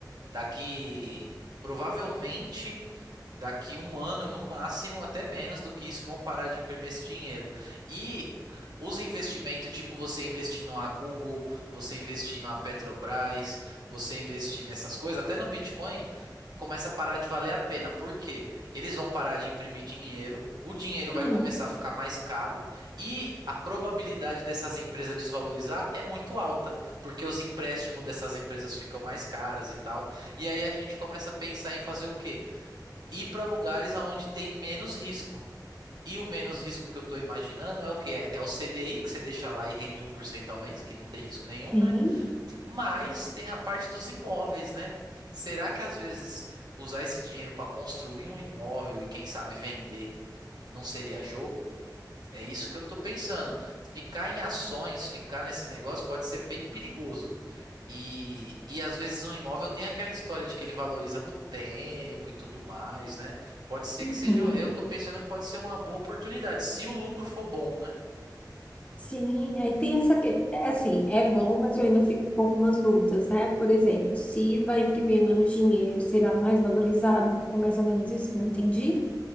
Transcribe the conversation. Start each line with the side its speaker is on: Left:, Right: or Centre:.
Right: Daqui, provavelmente, daqui um ano, no máximo, até menos do que isso, vão parar de imprimir esse dinheiro. E os investimentos, tipo você investir numa Google, você investir numa Petrobras, você investir nessas coisas, até no Bitcoin, começa a parar de valer a pena. Por quê? Eles vão parar de imprimir dinheiro, o dinheiro vai
Left: Hum,
Right: começar a ficar mais caro e a probabilidade dessas empresas desvalorizar é muito alta, porque os empréstimos dessas empresas ficam mais caras e tal. E aí a gente começa a pensar em fazer o quê? Ir para lugares aonde tem menos risco. E o menos risco que eu estou imaginando é o que é? É o CDI, que você deixa lá e rende um por cento ao mês, que não tem risco nenhum,
Left: sim.
Right: né? Mas tem a parte dos imóveis, né? Será que às vezes usar esse dinheiro para construir um imóvel e quem sabe vender não seria jogo? É isso que eu estou pensando. Ficar em ações, ficar nesse negócio pode ser bem perigoso. E, e às vezes um imóvel tem aquela história de que ele valoriza com o tempo e tudo mais, né? Pode ser
Left: Uhum.
Right: que seja. Eu tô pensando que pode ser uma boa oportunidade, se o lucro for bom, né?
Left: Sim, aí tem essa que é assim, é bom, mas eu ainda fico com algumas dúvidas, né? Por exemplo,
Right: Hum,
Left: se vai imprimir menos dinheiro, será mais valorizado? É mais ou menos isso que eu entendi?